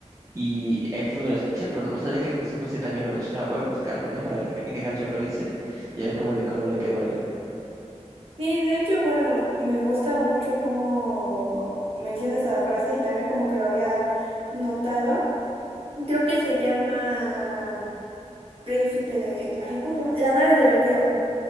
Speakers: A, on the right (about 25°); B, on the right (about 50°).
A: Y ahí fue donde lo escuché, pero no sabía que José José también lo mencionaba. Voy a buscarlo, ¿eh? Para ver qué ca- en qué canción lo dice y a ver cómo le, cómo le quedó a él.
B: Sí, de hecho, bueno, me gusta mucho cómo mencionas esa frase y también como que lo había notado. Creo que se llama Príncipe de... Ay, ¿cómo se llama? La nave del olvido.